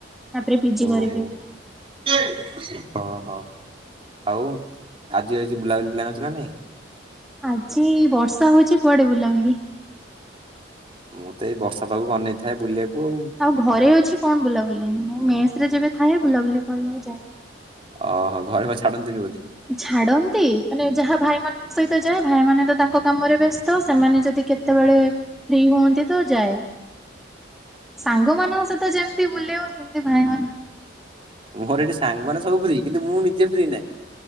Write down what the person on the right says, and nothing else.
ଓହୋଃ
ଅହଃ ଆଉ? ଆଜି ଆଉ କିଛି ବୁଲାବୁଲି ପ୍ଲାନ ଅଛି ନା ନାଇଁ?
ମୁଁ ତ ଏଇ ବର୍ଷା ପାଗକୁ ଅନେଇଥାଏ ବୁଲିଆକୁ ଆଉ।
ଓହୋଃ ଘରେ ବା ଛାଡ଼ନ୍ତିନି ବୋଧେ?
ମୋର ଏଠି ସାଙ୍ଗମାନେ ସବୁ ଫ୍ରି କିନ୍ତୁ ମୁଁ ନିଜେ ଫ୍ରି ନାହିଁ।